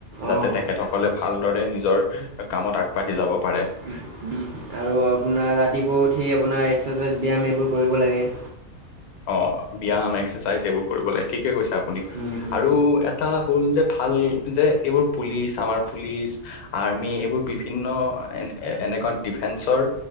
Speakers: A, on the left; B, on the right.
A: যাতে
B: অঁ
A: তেখেতসকলে ভালদৰে নিজৰ কামত আগবাঢ়ি যাব। পাৰে
B: উম আৰু আপোনাৰ ৰাতিপুৱা উঠি আপোনাৰ এক্সাৰচাইজ ব্যায়াম এইবোৰ কৰিব লাগে
A: অ ব্যায়াম এক্সাৰচাইজ এইবোৰ কৰিব লাগে ঠিকে কৈছে আপুনি
B: হুম হুম
A: আৰু এটা হল যে ভাল যে এইবোৰ পুলিচ আমাৰ পুলিচ আৰ্মি এইবোৰ বিভিন্ন। এ এনেকুৱা ডিফেন্সৰ